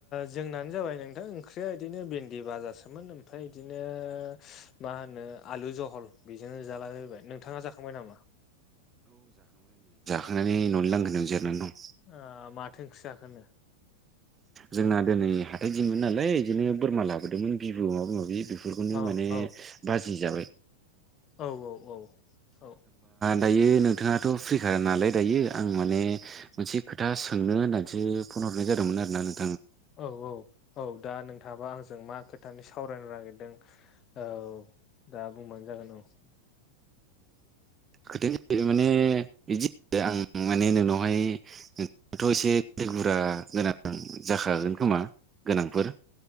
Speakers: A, on the left (about 30°); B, on the right (about 20°).
A: जोंनानो जाबाय नों नोंथां ओंख्रिया बिदिनो भिन्दि बाजासोमोन ओमफ्राय बिदिनो मा होनो आलु जहल बेजोंनो जालाैबाय नोंथाङा जाखांबाय नामा?
B: खांनानै न'नो लांगोन आं जिरनानै दं।
A: ओ माथो ओंख्रि जाखोनो?
B: जोंना दिनै हाथाय दिनमोन नालाय बिदिनो बोरमा लाबोदोंमोन बिबु माबा माबि बेफोरखौनो
A: औ
B: माने
A: औ
B: बाजि जाबाय
A: औ औ औ
B: दायो नोंथाङाथ' फ्रिखा नालाय दायो आं माने मोनसे खोथा सोंनो होननानैसो फन हरनाय जादोंमोन आरो नों
A: औ औ औ दा नोंथाङाबा आंजों मा खोथानि सावरायनो नागिरदों। औ दा बुंबानो जागोन औ।
B: खोथायानो जाहैबाय माने बिदि आं माने नोंनावहाय थ' एसे गो बुरा गोनां जाखागोन खोमा गोनांफोर